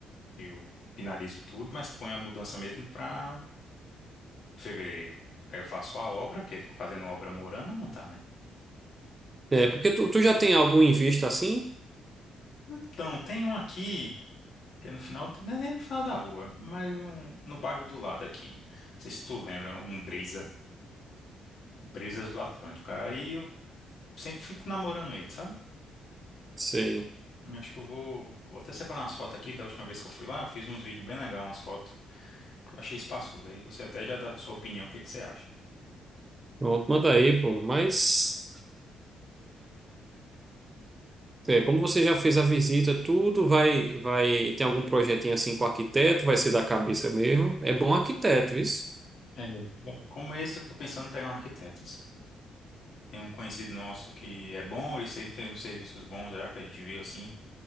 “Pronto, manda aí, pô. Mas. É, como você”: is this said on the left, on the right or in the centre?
Right